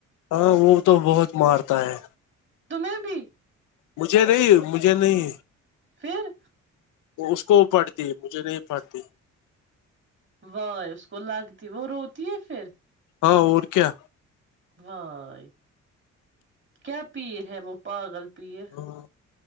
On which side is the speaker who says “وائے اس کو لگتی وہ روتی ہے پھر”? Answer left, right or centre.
Right